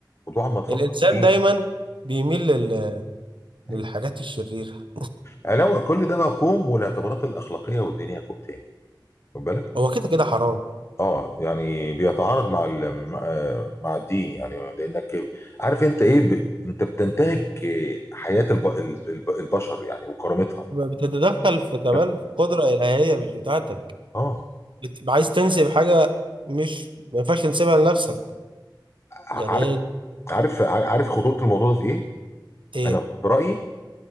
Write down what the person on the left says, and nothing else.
موضوع ما تفكر
فيه
ايوه
علاوه كل ده بقى كوم والاعتبارات الاخلاقيه والدينيه كوم تاني خد بالك
اه يعني بيتعارض مع ال- مع آه، مع الدين يعني لانك عارف انت ايه ب... انت بتنتهك آه، حياه الب... الب... البشر يعني وكرامتها
خد بالك؟
اه
ع-
عارف
عارف عارف خطوره الموضوع ده في ايه
انا في رايي